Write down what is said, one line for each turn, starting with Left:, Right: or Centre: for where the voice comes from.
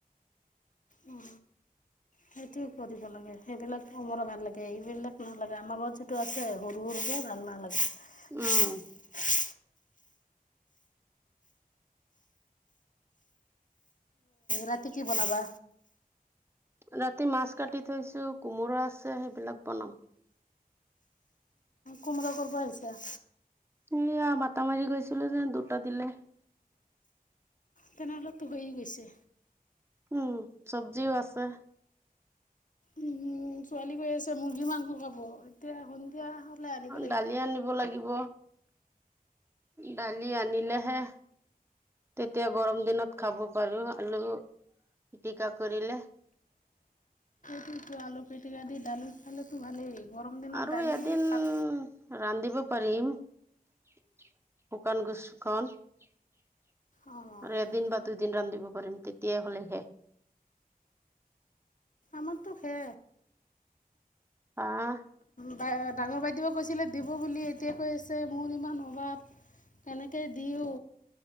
Left: উম সেইটোৱে কৰিব লাগে সেইবিলাক অমৰা ভাল লাগে এইবিলাক নালাগে আমাৰ ঘৰত যিটো আছে সৰু সৰুবে ভাল ভাল আছে
Right: উম
Left: ৰাতি কি বনাবা
Right: ৰাতি মাছ কাটি থৈছো কোমোৰা আছে সেইবিলাক বনাম
Left: কোমোৰা কৰপৰা আহিছে
Right: সেয়া বাত মাৰি গৈছিলো যে দুটা দিলে
Left: তেনেহলেতো হৈ গৈছে
Right: উম চবজিও আছে
Left: উ উম ছোৱালী কৈ আছে মুৰ্গী মাংস খাব এতিয়া হ'লে আনিব লাগিব
Right: দালি আনিব লাগিব দালি আনিলেহে তেতিয়া গৰম দিনত খাব পাৰো আলু পিটিকা কৰিলে
Left: সেইটো আলু পিটিকা দি দালু খালে তো ভালেই গৰম দিনত
Right: আৰু
Left: দালি
Right: এদিন
Left: পাত
Right: ৰান্ধিব পাৰিম শুকান গুচখন আৰু
Left: অঁ
Right: এদিন বা দুইদিন ৰান্ধ দিব পাৰিম তেতিয়াই হ'লেহে
Left: আমাৰটো খে
Right: আহ
Left: বা ডাঙৰ বাইদেউে কৈছিলে দিব বুলি এতিয়াই কৈ আছে মোৰ ইমান অভাৱ কেনেকে দিওঁ